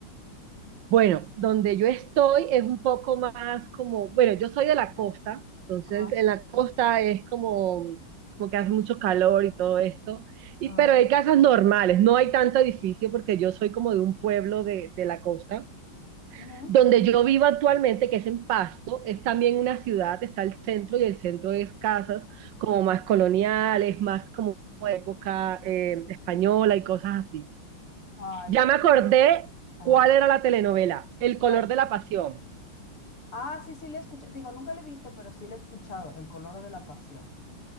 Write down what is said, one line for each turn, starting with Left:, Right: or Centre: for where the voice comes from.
Right: Bueno, donde yo estoy es un poco más como, bueno, yo soy de la costa, entonces
Left: Ajá,
Right: en la costa es como, como que hace mucho calor y todo esto, y,
Left: ajá.
Right: pero hay casas normales, no hay tanto edificio porque yo soy como de un pueblo de, de la costa.
Left: ujú.
Right: Donde yo vivo actualmente, que es en Pasto, es también una ciudad, está el centro y el centro es casas como más coloniales, más como época eh, española y cosas así.
Left: Ah, eso
Right: Ya
Left: no.
Right: me acordé
Left: Ajá.
Right: cuál era la telenovela, El color
Left: ¿Cuál?
Right: de la pasión.
Left: Ah, sí, sí, le he escuchado. Digo, nunca le he visto, pero sí le he escuchado, El color de la pasión.